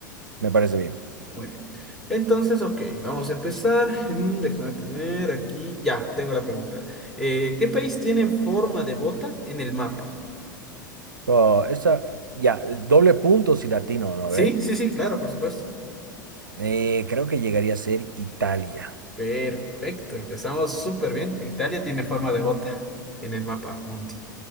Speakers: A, on the right (about 75°); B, in the centre.
A: Me parece bien.
B: Muy bien. Entonces, ok, vamos a empezar. Mm, déjame tener aquí. Ya, tengo la pregunta. Eh, ¿qué país tiene forma de bota en el mapa?
A: Oh, esa, ya, doble punto si latino, ¿no
B: Sí,
A: ve?
B: sí, sí, claro, por supuesto.
A: Eh, creo que llegaría a ser Italia.
B: Perfecto. Empezamos súper bien. Italia tiene forma de bota en el mapa mundi.